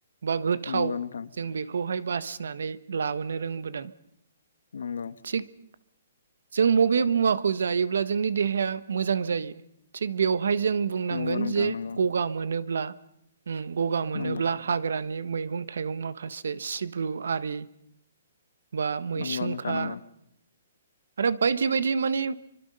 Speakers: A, on the right (about 85°); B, on the left (about 75°).
A: बा गोथाव
B: नंगौ नोंथां
A: जों बेखौहाय बासिनानै लाबोनो रोंबोदों।
B: नंगौ
A: थिग जों बबे मुवाखौ जायोब्ला जोंनि देहाया मोजां जायो थिग बेवहाय जों बुंनांगोन
B: नंगौ नोंथां
A: जे
B: नंगौ
A: गगा मोनोब्ला उम गगा मोनोब्ला
B: नंगौ
A: हाग्रानि मैगं थाइगं माखासे सिब्रु आरि बा मैसुंखा
B: नंगौ नोंथां नंगौ
A: आरो बायदि बायदि मानि